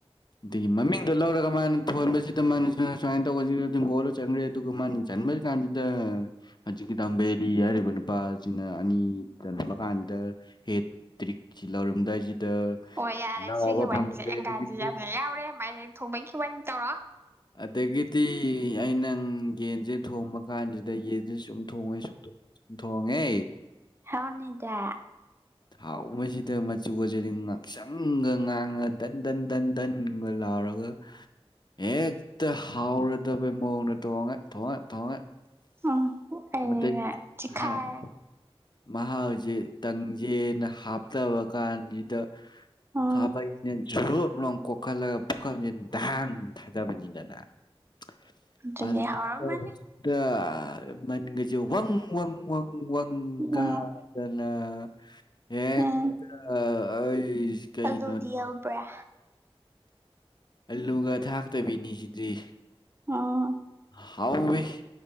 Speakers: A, on the left (about 45°); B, on the right (about 25°).
A: ꯑꯗꯨꯒꯤ ꯃꯃꯤꯡꯗꯣ ꯂꯧꯔꯒ ꯃꯥꯅ ꯊꯣꯟꯕꯁꯤꯗ ꯃꯥ ꯅ ꯁꯨꯃꯥꯏꯅ ꯇꯧꯕꯁꯤ ꯑꯗꯨ ꯒꯣꯜꯗꯣ ꯆꯟꯒ꯭ꯔꯦ ꯑꯗꯨꯒ ꯃꯥꯅ ꯆꯟꯕ ꯀꯥꯟꯖꯤꯗ ꯍꯖꯤꯛꯒꯤ ꯗꯝꯕꯦꯔꯤ ꯍꯥꯢꯔꯤꯕ ꯅꯨ ꯅꯨꯨꯄꯥꯁꯤꯅ ꯑꯅꯤ ꯆꯟꯕ ꯀꯥꯟꯁꯤꯗ ꯍꯦꯠ ꯇ꯭ꯔꯤꯛꯁꯤ ꯂꯧꯔꯝꯗꯥꯏ ꯗ
B: ꯑꯣ ꯌꯥꯔꯦ
A: ꯅꯥꯕ
B: ꯁꯤꯒꯤ ꯋꯥꯔꯤꯁꯦ
A: ꯐꯪꯗ꯭ꯔꯦ
B: ꯑꯪꯒ꯭ꯔꯥꯖꯤ
A: ꯑꯗꯒꯤꯗꯤ
B: ꯌꯥꯝꯅ ꯌꯥꯎꯔꯦ ꯃꯥꯏꯔꯦꯟ ꯊꯣꯡꯕꯒꯤ ꯋꯥꯔꯤ ꯇꯧꯔꯣ
A: ꯑꯗꯒꯤꯗꯤ ꯑꯩꯅꯪ ꯌꯦꯟꯖꯦ ꯊꯣꯡꯕ ꯀꯥꯟꯁꯤꯗ ꯌꯦꯟ ꯁꯨꯝ ꯊꯣꯡꯉꯦ ꯁꯨꯝ ꯊꯣꯡꯉꯦ ꯁꯨꯝ ꯊꯣꯡꯉꯦ
B: ꯍꯥꯎꯔꯅꯤꯗ
A: ꯍꯥꯎꯃꯁꯤꯗ ꯃꯆꯨꯒꯁꯤꯗꯤ ꯉꯥꯡꯁꯪꯒ ꯉꯥꯡꯉꯗꯅ ꯗꯟ ꯗꯟ ꯗꯟꯒ ꯂꯥꯎ ꯔꯒ ꯍꯦꯛꯇ ꯍꯥꯎꯔꯗꯕꯩ ꯃꯑꯣꯡꯗ ꯊꯣꯡꯉꯦ ꯊꯣꯡꯉꯦ ꯊꯣꯡꯉꯦ
B: ꯎꯝ ꯑꯩꯅ
A: <unintelligible>
B: ꯆꯤꯈꯥꯏ
A: ꯃꯍꯥꯎꯁꯦ ꯇꯪꯖꯦꯅ ꯍꯥꯞꯇꯕ ꯀꯥꯟꯁꯤꯗ
B: ꯎꯝ
A: ꯈꯥꯕꯩꯁꯤꯅ ꯖꯨꯞ ꯂꯥꯎꯅ ꯀꯣꯈꯠꯂꯒ ꯄꯨꯈꯝꯁꯤꯗ ꯙꯥꯡ ꯊꯥꯗꯕꯅꯤ <unintelligible>
B: ꯑꯗꯨꯗꯤ ꯍꯥꯎꯔꯝꯃꯅꯤ
A: ꯃꯅꯤꯟꯒꯁꯦ ꯋꯪ ꯋꯪ ꯋꯪ ꯋꯪ ꯀꯥꯗꯅ
B: ꯎꯝ
A: ꯍꯦꯛꯇꯥ
B: ꯎꯝ
A: ꯑꯩꯁ ꯀꯩꯅꯣꯅꯦ
B: ꯑꯂꯨꯗꯤ ꯌꯥꯎꯕ꯭ꯔꯥ
A: ꯑꯂꯨꯒ ꯊꯥꯛꯇꯕꯤꯅꯤ ꯁꯤꯗꯤ
B: ꯑꯣ
A: ꯍꯥꯎꯋꯤ